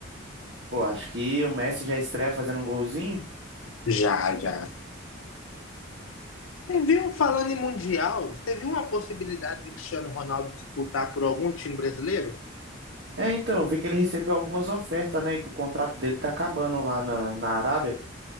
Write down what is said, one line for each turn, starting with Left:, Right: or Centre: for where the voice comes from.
Right: Pô, acho que o Messi já estreia fazendo um golzinho.
Left: Já, já. Você viu, falando em Mundial, você viu uma possibilidade do Cristiano Ronaldo disputar por algum time brasileiro?
Right: É, então, eu vi que ele recebeu algumas ofertas, né? E que o contrato dele tá acabando lá na, na Arábia.